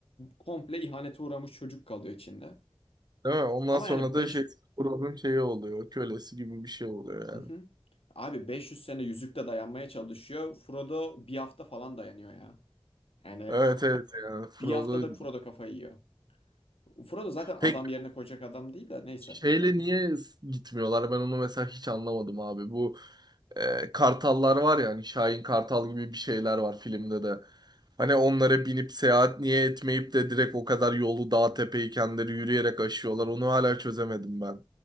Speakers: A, on the left (about 80°); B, on the right (about 45°).
A: Komple ihanete uğramış çocuk kalıyor içinde.
B: Değil mi? Ondan
A: Ama
B: sonra
A: yani
B: da
A: 5
B: şey Frodo'nun şeyi oluyor. Kölesi gibi bir şey oluyor
A: Hı
B: yani.
A: hı. Abi 500 sene yüzükte dayanmaya çalışıyor. Frodo bir hafta falan dayanıyor ya. Yani
B: Evet evet yani Frodo.
A: bir haftada Frodo kafayı yiyor. Frodo zaten
B: Peki
A: adam yerine koyacak adam değil de neyse.
B: şeyle niye s- gitmiyorlar? Ben onu mesela hiç anlamadım abi. Bu e, kartallar var ya hani Şahin Kartal gibi bir şeyler var filmde de. Hani onlara binip seyahat niye etmeyip de direkt o kadar yolu dağ tepeyi kendileri yürüyerek aşıyorlar. Onu hala çözemedim ben.